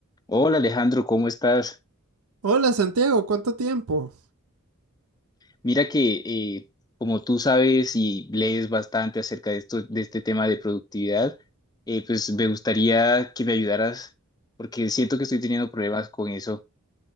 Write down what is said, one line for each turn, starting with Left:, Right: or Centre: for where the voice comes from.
Left: Hola Alejandro, ¿cómo estás?
Right: Hola Santiago, ¿cuánto tiempo?
Left: Mira que eh, como tú sabes y lees bastante acerca de esto, de este tema de productividad, eh, pues me gustaría que me ayudaras porque siento que estoy teniendo problemas con eso.